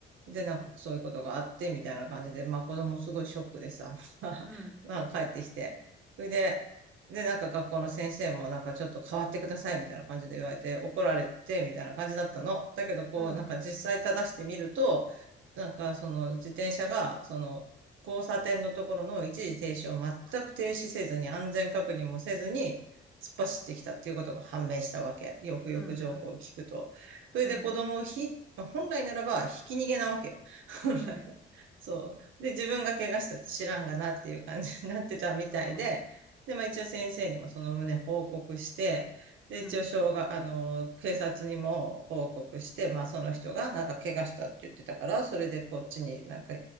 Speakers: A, on the right; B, in the centre.
A: で、なんかそういうことがあって、みたいな感じで、まあ子供すごいショックでさ、<laughs>
B: うん、
A: まあ帰ってきて。それで、で、なんか学校の先生もなんかちょっと変わってくださいみたいな感じで言われて怒られてみたいな感じだったの。だけどこうなんか実際正してみると、
B: うん、
A: なんか、その自転車が、その、交差点のところの一時停止を全く停止せずに、安全確認もせずに、突っ走ってきたっていうことが判明したわけ。よくよく情報を聞くと。
B: うん、うん、
A: それで子供をひ、
B: うん、
A: まあ本来ならば、ひき逃げなわけよ。<laughs> 本来は。
B: うん、うん、
A: そう。で、自分が怪我したって知らんがなっていう感じになってたみたいで、
B: う
A: で、まあ一応先生にもその旨報告して、で、
B: ん、
A: 一応、障害、あの、警察にも報告して、まあ、その人が、なんか、怪我したって言ってたから、それでこっちになんか、